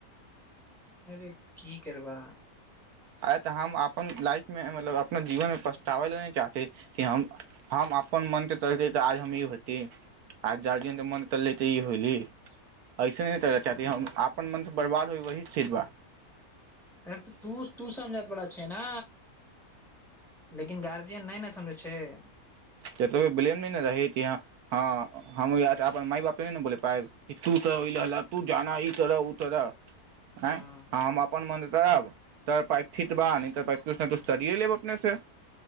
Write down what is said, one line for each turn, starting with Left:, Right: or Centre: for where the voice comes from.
Centre: अरे की करबा
Right: आइ तऽ हम अपन लाइफमे मतलब अपना जीवनमे पछतावै लए नहि चाहत कि हम हम अपन मनकेँ तलतै तऽ आज हम ई होती आज गार्जियनकेँ मने चली तऽ ई होयली अइसे नहि तय चाहती हम अपन मनसँ बर्बाद होइ वही ठिकबा
Centre: अर त तू तू समझत बड़ा छै ने लेकिन गारजियन नहि न समझय छैक
Right: ब्लेम नहि ने रहि कि ह हम य अपन माय -बाप त ने बोल पाय तू त तू जाना ई तरह ओ तरह--‌
Centre: हँ
Right: आँ हम अपन मन त पाइप ठीक बा नहि त कुछ न कुछ करियए लेब अपने से